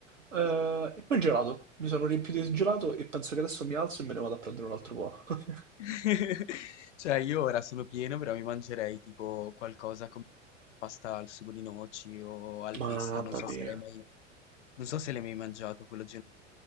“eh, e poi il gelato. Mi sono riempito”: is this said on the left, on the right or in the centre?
Right